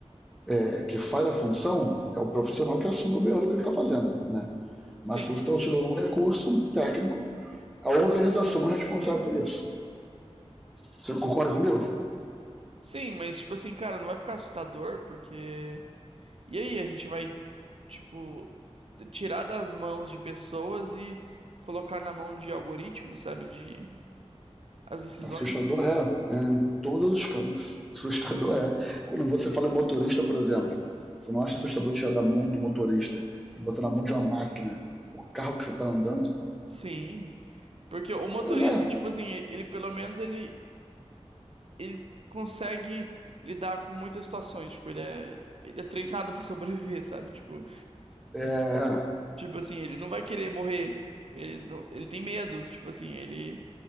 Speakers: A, in the centre; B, on the right.
A: é, que faz a função, é o profissional que assume o BO do que ele está fazendo. Né? Mas
B: Sim.
A: se você está utilizando um recurso técnico, A organização é responsável por isso. Você concorda comigo?
B: Sim, mas tipo assim, cara, não vai ficar assustador, porque... E aí, a gente vai, tipo, tirar das mãos de pessoas e colocar na mão de algoritmos, sabe? De... As decisões.
A: Assustador é, é em todos os campos. Assustador é. Quando você fala em motorista, por exemplo, você não acha assustador tirar da mão do motorista e botar na mão de uma máquina o carro que você está andando?
B: Sim. Porque o motorista,
A: Pois é.
B: tipo assim, ele pelo menos ele, ele consegue lidar com muitas situações. Tipo, ele é, ele é treinado <laughs> pra sobreviver, sabe? Tipo,
A: É,
B: tipo assim, ele não vai querer morrer. Ele, não, ele tem medo, tipo assim, ele,